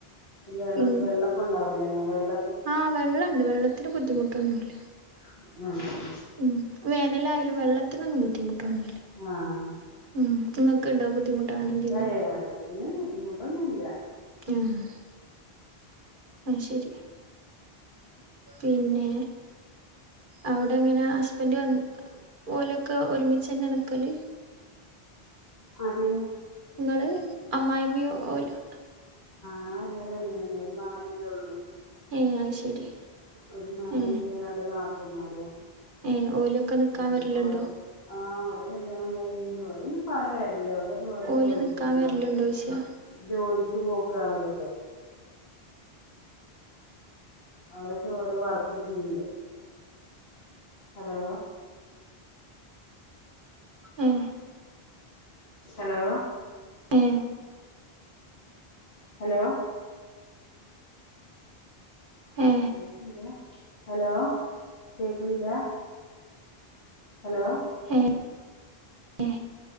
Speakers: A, on the left; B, on the right.
A: വെള്ള
B: ഉം
A: വെള്ളപ്പംണ്ടാവൂല്ലേ വെള്ള
B: ആ വെള്ളുണ്ട് വെള്ളത്തിന് ബുദ്ധിമുട്ടൊന്നുല്ല
A: ആഹ്
B: ഉം വേനലയാലും വെള്ളത്തിനൊന്നും ബുദ്ധിമുട്ടൊന്നില്ല
A: ആഹ്
B: മ്മ് നിങ്ങക്കിണ്ടോ ബുദ്ധിമുട്ട് അങ്ങനെ എന്തെലുണ്ടോ
A: ഏയ്‌ വെള്ളത്തിന് ബുദ്ധിമുട്ടൊന്നുമില്ല
B: ആഹ് അത് ശേരി പിന്നെ അവിടെ എങ്ങനെ ഹസ്ബൻഡ് വന്നിക്കാ ഓലൊക്കെ ഒരുമിച്ച് തന്നെയ നിക്കല്
A: അതെ
B: നിങ്ങള് അമ്മായിമ്മയും ഓലും
A: ആ എല്ലാരും അങ്ങനെന്നെ ഒര് മകനല്ലേ ഉള്ളൂ
B: ഏ അത് ശരി
A: ഒരു മകനും
B: ഏ
A: രണ്ട് നാത്തൂന്മാരും
B: ഏ ഓലൊക്കെ നിക്കാൻ
A: മ്മ്
B: വരലുണ്ടോ
A: ഓല് ആ ഓലെ കല്യാണം കഴിഞ്ഞു ഓരന്നുംപ്പങ്ങനെ വരലില്ലേ ഓരോ ഓരോ
B: ഓല്
A: ജോലിക്ക്
B: നിക്കാൻ
A: പോവാ
B: വരലുണ്ടോയ്ച്ച
A: ജോലിക്ക് പോക്ക അവരൊക്കെ അവരൊക്കെ ഓരോ വർക്ക് ചെയ്യണ്ട് ഹലോ
B: ആഹ്
A: ഹലോ
B: ഏ
A: ഹലോ
B: ഏ
A: കേക്കില്ല ഹലോ കേക്കുന്നില്ല ഹലോ
B: ഏ ഏ